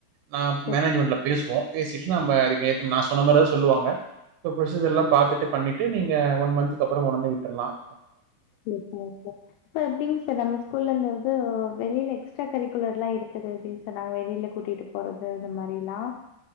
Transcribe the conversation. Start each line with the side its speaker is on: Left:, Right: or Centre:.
Right: நா
Left: சரி,
Right: மேனேஜ்மெண்ட்ல பேசுவோ பேசி ச நம்ப அதுக்கு ஏத்த நா சொன்ன மாரிதா சொல்லுவாங்க எல்லாம் பாத்துட்டு பண்ணிட்டு நீங்க ஒன் மந்த்க்கு அப்புறம் உணர்ந்து விட்டுலாம்
Left: ச- ச எப்படிங்க சார் நம்ம ஸ்கூல்ல இருந்தது வெளியில எக்ஸ்ட்ரா கரிக்குலர் எல்லாம் இருக்குது அப்படின்னு சொன்னாங்க வெளியில கூட்டிட்டு போறது இந்த மாதிரி எல்லாம்